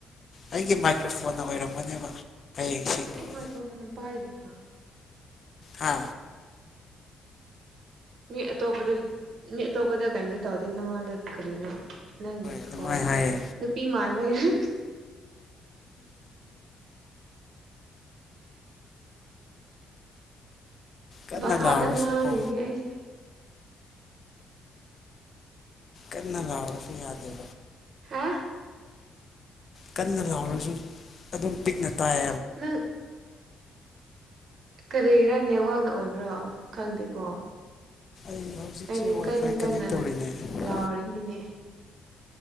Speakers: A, on the left (about 45°); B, on the right (about 60°).
A: ꯑꯩꯒꯤ ꯃꯥꯏꯀ꯭ꯔꯣꯐꯣꯟ ꯑꯣꯏꯔꯝꯒꯅꯦꯕ ꯍꯌꯦꯡ ꯁꯦꯡꯗꯣꯛꯑꯒꯦ
B: ꯑꯩ ꯃꯥꯏꯀ꯭ꯔꯣꯐꯣꯟ ꯄꯥꯏꯔꯤꯅ
A: ꯍꯥ
B: ꯃꯤ ꯑꯇꯣꯞꯄꯗ ꯃꯤ ꯑꯇꯣꯞꯄꯗ ꯀꯔꯤꯝꯇ ꯇꯧꯗꯦ ꯅꯪꯉꯣꯟꯗ ꯀꯔꯤꯅꯣ ꯅꯪꯒꯤ
A: ꯍꯣꯏ
B: ꯈꯣꯟ
A: ꯑꯗꯨꯃꯥꯏꯅ
B: ꯁꯦ
A: ꯍꯥꯏꯌꯦ
B: ꯅꯨꯄꯤꯃꯥꯟꯕꯒꯤ
A: ꯀꯟꯅ
B: ꯚꯥꯞꯇ
A: ꯂꯥꯎꯔꯁꯨꯀꯣ
B: ꯉꯥꯡꯉꯤꯅꯦ ꯑꯩꯁꯦ
A: ꯀꯟꯅ ꯂꯥꯎꯔꯁꯨ ꯌꯥꯗꯦꯕ
B: ꯍꯥ
A: ꯀꯟꯅ ꯂꯥꯎꯔꯁꯨ ꯑꯗꯨꯝ ꯄꯤꯛꯅ ꯇꯥꯏ
B: ꯅꯪ ꯀꯔꯤꯒꯤꯔꯥ ꯅꯦꯠꯋꯥꯛꯅ ꯑꯣꯏꯕ꯭ꯔꯣ ꯈꯪꯗꯦꯀꯣ
A: ꯑꯩ
B: ꯑꯩꯗꯤ ꯀꯟ ꯀꯟꯅ
A: ꯍꯧꯖꯤꯛꯁꯦ ꯋꯥꯏ ꯐꯥꯏ ꯀꯅꯦꯛ ꯇꯧꯔꯤꯅꯦ
B: ꯂꯥꯎꯔꯤꯅꯤꯅꯦ